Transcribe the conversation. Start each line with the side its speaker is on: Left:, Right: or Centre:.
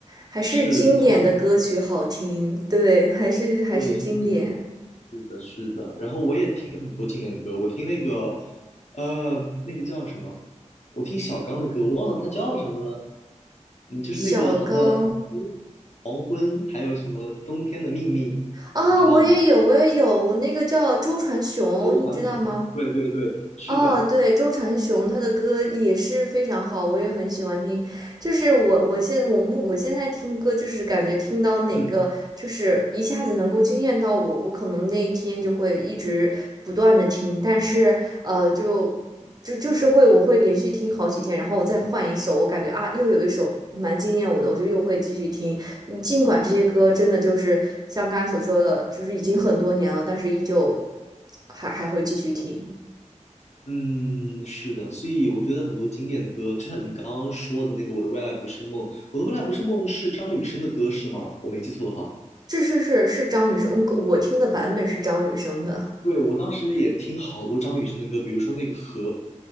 Right: 还是经典的歌曲好听，
Left: 是，他们
Right: 对，还是还是经典。
Left: 会是这样，是的，是的。然后我也听很多经典的歌，我听那个，呃，那个叫什么？我听小刚的歌，我忘了他叫什么了。嗯，就是那个呃，
Right: 小刚，
Left: 黄昏，黄昏，还有什么冬天的秘密，
Right: 啊，
Left: 你知道吗？
Right: 我也有，我也有，我那个叫周传雄，
Left: 周传雄，
Right: 你知道吗？
Left: 对对对，是的，
Right: 哦，对，周传雄他的歌也是非常好，我也很喜欢听。就是我，我现我目我现在听歌，就是感觉听到哪个，
Left: 嗯
Right: 就是一下子能够惊艳到我，我可能那一天就会一直不断的听。但是，呃，就就就是会，我会连续听好几天，然后我再换一首，我感觉啊，又有一首蛮惊艳我的，我就又会继续听。嗯尽管这些歌真的就是像刚才所说的，就是已经很多年了，但是依旧还还会继续听。
Left: 嗯，是的。所以我觉得很多经典的歌，就像你刚刚说的那个《我的未来不是梦》，《我的未来不是梦》是张雨生的歌是吗？我没记错的话。
Right: 是是是是张雨生，嗯我听的版本是张雨生的。
Left: 对，我当时也听好多张雨生的歌，比如说那个《河》，